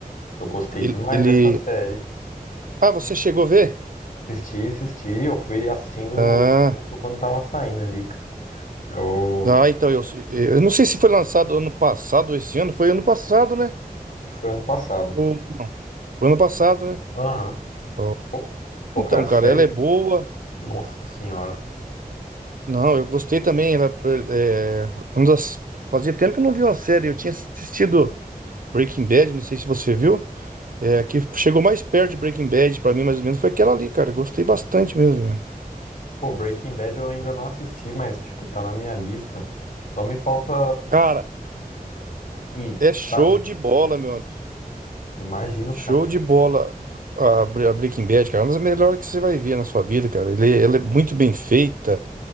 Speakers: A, on the left (about 60°); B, on the right (about 65°).
A: eu gostei
B: Ele,
A: demais
B: ele
A: dessa série.
B: Ah, você chegou a ver?
A: Assisti, assisti. Eu fui assistindo
B: Ah,
A: junto quando tava saindo ali, cara. Eu...
B: ah,
A: acho
B: então eu, eu não sei se foi lançado ano passado ou esse ano. Foi ano passado, né?
A: que Foi ano passado.
B: O foi ano passado, né?
A: Aham.
B: Ó.
A: Pô, pô,
B: Então,
A: cara, série.
B: cara, ela é boa.
A: Nossa senhora.
B: Não, eu gostei também. Ela, é, é, uma das- fazia tempo que eu não vi uma série. Eu tinha assistido Breaking Bad, não sei se você viu. É, a que chegou mais perto de Breaking Bad pra mim, mais ou menos, foi aquela ali, cara. Eu Gostei bastante mesmo, velho.
A: Pô, Breaking Bad eu ainda não assisti, mas, tipo, tá na minha lista. Só me falta
B: Cara,
A: ir,
B: é show
A: sabe?
B: de bola, meu amigo.
A: Imagino,
B: Show
A: cara.
B: de bola a, Bre- a Breaking Bad, cara. é Uma das melhores que você vai ver na sua vida, cara. Ele, ela é muito bem feita.